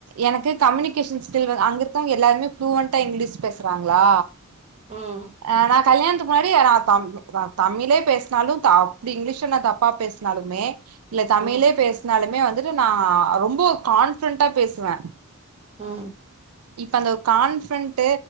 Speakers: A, on the right; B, on the right.
A: எனக்கு கம்யூனிகேஷன் ஸ்கில் அங்க இருக்கவ்ங்க எல்லாருமே ஃபூலுவென்டா இங்கிலீஷ் பேச்றாங்களா
B: ம்
A: ஆஹ் நா கல்யாண க்கு முன்னாடி ஏ தா தமிழே பேசுனாலு த அப்பிடி இங்கிலீஷ் நா தப்பா பேசுனாலுமே இல்ல தமிழே
B: ம்
A: பேசுனாலுமே வந்துட்டு நா ரொம்போ கான்பிடன்டா பேசுவே
B: ம்
A: இப்ப அந்த ஒரு கான்பிடன்ட்டு